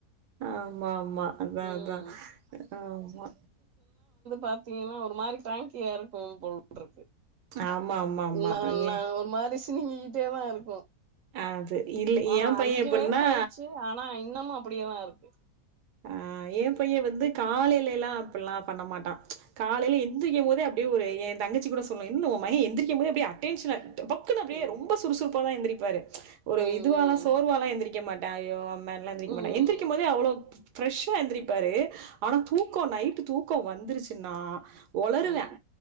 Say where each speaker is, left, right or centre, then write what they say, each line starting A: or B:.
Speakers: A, on the right; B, on the right.
A: ஆமா ஆமா அதா
B: ம்
A: அதா ஆமா
B: பாத்தீங்னா ஒரு மாரி ட்ராங்கியா இருக்கும் போல்ட்ருக்கு
A: ஆமா, ஆமா, ஆமா.
B: ந நா
A: ஏ
B: ஒரு மாரி ஸ் சினுங்கி கிட்டே தா இருக்கூ
A: அது இல்ல
B: ஆனா
A: என் பையன்
B: அஞ்சு
A: எப்படின்னா
B: வயசு ஆய்ட்ச்சி ஆனா இன்னமு அப்டியே தா இரு கு
A: ஆ ஏ பைய வந்து காலைல எல்லா அப்பில்லா பண்ண மாட்டா காலைல எந்திரிக்கம் போதே அப்டே ஒரு எந் தங்கச்சி கூட சொல்லு என்ன உ மக எந்திரிக்கம் போதே அப்டே அட்டென்ஷ்ல பக்குனு அப்டியே
B: ம்
A: ரொம்ப சுறுசுறுப் இப்போதா எந்திரிப்பாரு ஒரு
B: ம்
A: இதுவாலா சோர்வாலா எந்திரிக்க மா டயோம் அந்த மாதிரிலா எந்திரிக்க
B: ம்
A: மாட்டா எந்திரிக்கு போதே அவ்ளோ ஃபிரஸ்ஆ எந்திரிப்பாரு ஆனா தூக்கோ நைட்டு தூக்க வந்துருச்சுன்னா ஒளருவான்
B: ம்